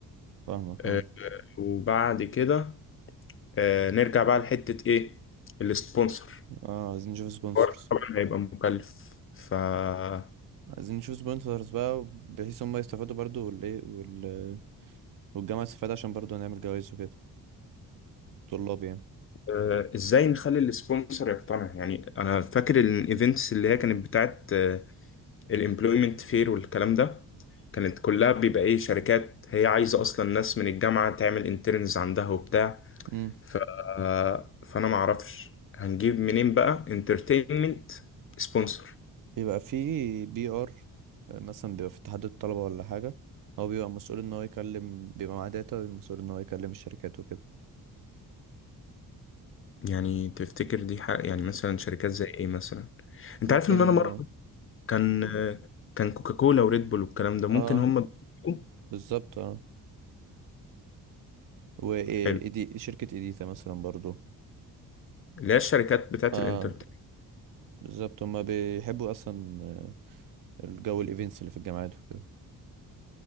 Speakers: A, on the right; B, on the left.
A: فاهمك اه
B: آه، وبعد كده آه، نرجع بقى لحتة ايه السبونسر
A: اه عايزين نشوف سبونسرز
B: الحوار طبعا هيبقى مكلف فانت
A: عايزين نشوف سبونسرز بقى بحيث هم يستفادوا برضو والايه وال... والجامعه تستفاد عشان برضو نعمل جوائز وكده طلاب يعني
B: آه، ازاي نخلي السبونسر يقتنع يعني انا فاكر الايفنتس اللي هي كانت بتاعت الامبلويمنت فير والكلام ده كانت كلها بيبقى ايه شركات هي عايزة اصلا ناس من الجامعة تعمل انترنز عندها وبتاع
A: امم
B: ف... فانا معرفش هنجيب منين بقى انترتينمنت سبونسر
A: بيبقى في بي ار مثلا بيبقى في اتحاد الطلبة ولا حاجة هو بيبقى مسؤول ان هو يكلم بيبقى معاه داتا مسؤول ان هو يكلم الشركات وكده
B: يعني تفتكر دي حق يعني مثلا شركات زي ايه مثلا
A: ممكن
B: انت عارف ان انا مره كان كان كوكاكولا وريد بول والكلام ده ممكن
A: اه
B: هم يكون
A: بالظبط اه و إيه-
B: حلو
A: إيدي... شركة ايديتا مثلا برضو
B: اللي هي الشركات بتاعت
A: اه
B: الانترتين
A: بالظبط هما بيحبوا اصلا آه، الجو الايفنتس اللي في الجامعات وكده